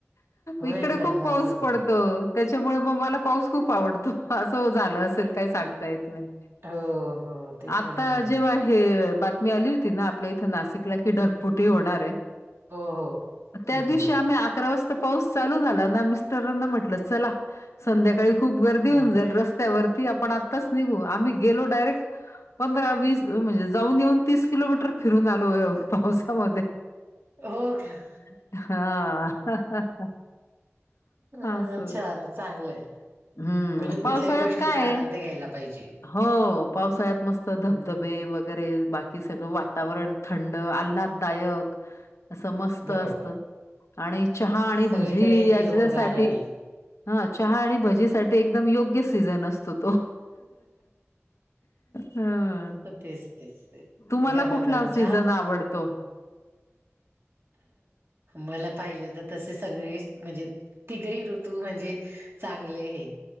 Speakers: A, on the right; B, on the left.
A: होय
B: इकडे
A: का
B: खूप पाऊस
A: असंच
B: पडतो. त्याच्यामुळे म मला पाऊस खूप आवडतो असं ओ झालं असल काही सांगता येत नाही.
A: हो हो ते
B: आता
A: पण आहे म्हणा
B: जेव्हा हे बातमी आली होती ना आपल्या इथं नाशिकला की ढगफुटी होणार आहे
A: हो हो. हम्म
B: त्या दिवशी
A: हम्म
B: आम्ही अकरा वाजता पाऊस चालू झाला ना मिस्टरांना म्हटलं, चला संध्याकाळी खूप गर्दी होऊन
A: हम्म
B: जाईल रस्त्यावरती आपण आत्ताच निघू. आम्ही गेलो डायरेक्ट पंधरा वीस म्हणजे जाऊन येऊन तीस किलोमीटर फिरून आलो पावसामध्ये
A: हो का.
B: हा.
A: अह
B: असं
A: छान चांगलंय
B: हम्म
A: म्हणजे
B: पावसाळ्यात
A: कुठल्याही गोष्टीचा
B: काय आहे
A: आनंद घ्यायला पाहिजे.
B: हो पावसाळ्यात मस्त धबधबे वगैरे बाकी सगळं वातावरण थंड, आल्हाददायक अस मस्त स्त
A: बरोबर
B: असत आणि चहा आणि भजी
A: सगळीकडे
B: याच्यासाठी
A: हिरवगार आणि
B: हा चहा आणि भजीसाठी एकदम योग्य सीझन असतो तो. हम्म
A: तेच तेच तेच
B: तुम्हाला
A: गरमागरम
B: कुठला सीझन
A: चहा
B: आवडतो?
A: मला पाहिलं तर तसे सगळे म्हणजे तिघही ऋतू म्हणजे चांगले हे